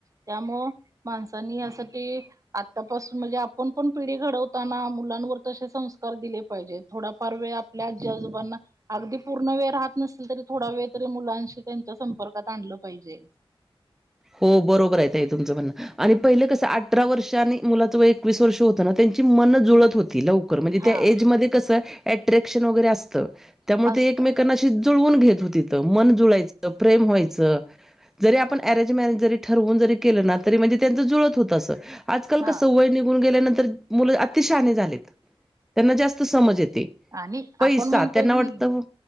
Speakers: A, on the right; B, in the centre.
A: त्यामुळं माणसांनी यासाठी आतापासून म्हणजे आपण पण पिढी घडवताना, मुलांवर तशे संस्कार दिले पाहिजे थोडाफार वेळ आपल्या आजी, आजोबांना अगदी पूर्ण वेळ राहत नसलं तरी थोडा वेळ तरी मुलांशी त्यांच्या संपर्कात आणलं पाहिजे.
B: हो बरोबर आहेे ताई तुमचं म्हणणं. आणि पहिलं कसं अठरा वर्ष आणि मुलाच एकवीस वर्ष होतं ना? त्यांची मनं जुळत होती, लव खरं म्हणजे
A: हा
B: काय ऐज मध्ये कसं अट्रॅक्शन वगैरे असतं. त्यामुळे
A: असत
B: ते एकमेकांना अशी जुळवून घेत होतीत. त मन जुळायच प्रेम व्हायचं, जरी आपण अरेंज, मॅरेज जरी ठरवून जरी केलं ना तरी म्हणजे त्यांच जुळत होत असं आजकाल
A: हा
B: कसं वय निघून गेल्यानंतर मुलं अति शहानी झालेत. त्यांना जास्त समज येते.
A: आणि
B: पैसा.
A: आपण म्हणतोय
B: त्यांना
A: की
B: वाटतं